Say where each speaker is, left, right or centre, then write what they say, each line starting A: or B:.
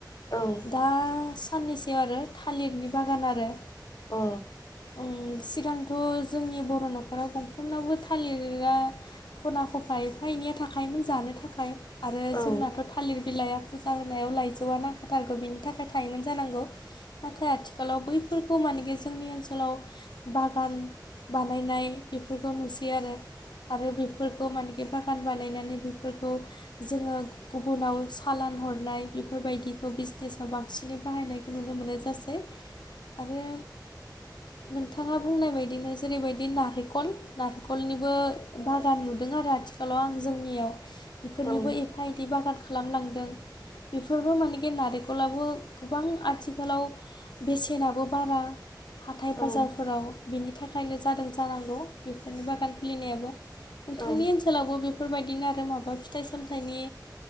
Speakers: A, on the left; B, on the left.
A: औ।
B: दा साननैसोआव आरो। थालिरनि बागान आरो।
A: अ।
B: उम सिगांथ' जोंनि बर' न'खराव गंफ्रोमनावबो थालिरा खना खफा एफा एनैया थाखायोमोन जानो थाखाय। आरो
A: औ
B: जोंनाथ' थालिर बिलाइआ फुजा होनायाव लाइजौआ नांखाथारगौ बिनि थाखाय थायोमोन जानांगौ नाथाय आथिखालाव बैफोरखौ मानेकि जोंनि ओनसोलाव बागान बानायनाय बेफोरखौ नुसै आरो। आरो बेफोरखौ माने खि बागान बानायनानै बेफोरखौ जोङो गुबुनाव सालान हरनाय बेफोरबायदिखौ बिजनेसाव बांसिनै बाहायनायखौ नुनो मोननाय जासै। आरो नोंथाङा बुंनाय बायदिनो जेरैबायदि नारिखल नारिखलनिबो बागान नुदों आरो आथिखालाव आं जोंनियाव‌। इफोरनिबो
A: औ
B: ए एफा इदि बागान खालामलांदों। बेफोरबो मानेखि नारेंखलाबो गोबां आथिखालाव बेसेनाबो बारा, हाथाय बाजारफोराव
A: औ
B: बेनि थाखायनो जादों जानांगौ बेफोरनि बागान खुलिनायाबो। नोंथांनि
A: औ
B: ओनसोल सोलावबो बेफोरबायदिनो आरो माबा फिथाइ सामथाइनि,